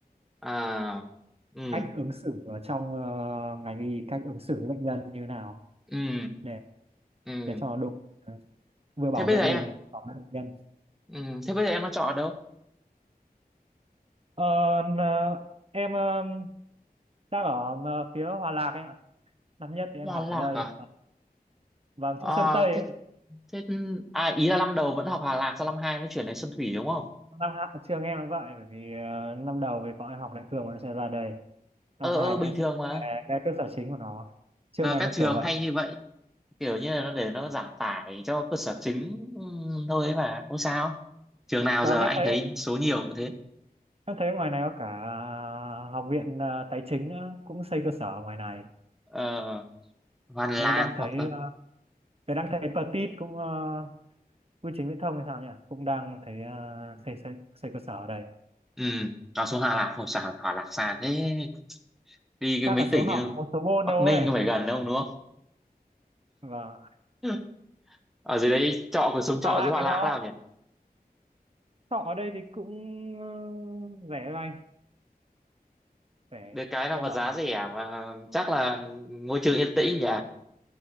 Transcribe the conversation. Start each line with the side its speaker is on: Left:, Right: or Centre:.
Centre: à ừ
Right: cách ứng xử ở trong ờ, ngành y cách ứng xử với bệnh nhân như nào
Centre: ừ
Right: để
Centre: ừ
Right: để cho nó đúng ờ, vừa bảo
Centre: thế bây
Right: vệ
Centre: giờ em
Right: mình mà cũng bảo vệ bệnh nhân
Centre: ừ, thế bây giờ em nó chọn ở đâu
Right: Ờ, n- ờ, em ờ, đang ở ờ, phía Hòa Lạc anh ạ năm nhất thì em
Centre: Đà
Right: học
Centre: Lạc
Right: ở đây
Centre: à,
Right: vâng
Centre: à
Right: chỗ Sơn Tây
Centre: thế,
Right: ấy. ạ.
Centre: thế à ý là năm đầu vẫn học Hà Lạc sau năm hai mới chuyển đến Xuân Thủy đúng không
Right: năm hai trường em nó vậy bởi vì ờ, năm đầu thì bọn em học đại cương bọn em sẽ ra đây năm
Centre: ờ
Right: hai
Centre: ờ
Right: bọn
Centre: bình
Right: em sẽ
Centre: thường mà
Right: ờ, ra cơ sở chính của nó trường
Centre: giờ
Right: này
Centre: các
Right: nó
Centre: trường
Right: kiểu vậy
Centre: hay như vậy kiểu như là nó để nó giảm tải cho cơ sở chính ừ, thôi ấy mà không sao trường nào
Right: và
Centre: giờ
Right: em
Centre: anh
Right: thấy
Centre: thấy số nhiều cũng thế
Right: em thấy ngoài này có cả ờ, học viện ờ, tài chính nữa cũng xây cơ sở ở ngoài này
Centre: ờ, Hoàn Lạc
Right: thế đang
Centre: hoặc
Right: thấy uh, thế đang thấy Petit cũng ờ, bưu chính viễn thông hay sao nhỉ cũng đang thấy ờ, xây xây xây cơ sở ở đây
Centre: ừ nó xuống Hòa Lạc hồi sao Hòa Lạc xa thế đi cái
Right: chắc
Centre: mấy
Right: là số
Centre: tỉnh
Right: học
Centre: như
Right: một số môn
Centre: Bắc
Right: đâu
Centre: Ninh
Right: ấy
Centre: có phải gần đâu đúng không
Right: và
Centre: <laughs> ở dưới đấy trọ cuộc sống trọ
Right: hoặc là
Centre: dưới Hòa
Right: cái
Centre: Lạc
Right: nó
Centre: nào nhỉ
Right: học ở đây thì cũng ờ, rẻ lành rẻ
Centre: được cái là
Right: em
Centre: vật
Right: ở
Centre: giá rẻ mà chắc là môi trường yên tĩnh nhỉ